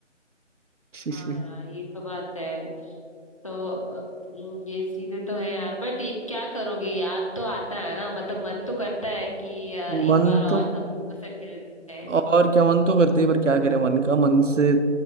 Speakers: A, on the right; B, on the left.
A: <laughs>
B: हाँ
A: शी, शी,
B: यार ये तो बात है तो अ, ये चीजें तो है यार बट ये- क्या करोगे याद तो आता है ना मतलब मन तो करता है कि अ, एक
A: मन
B: बार और
A: तो
B: सब लोगों से मिल जाए
A: और क्या मन तो करते ही पर क्या करें मन का मन से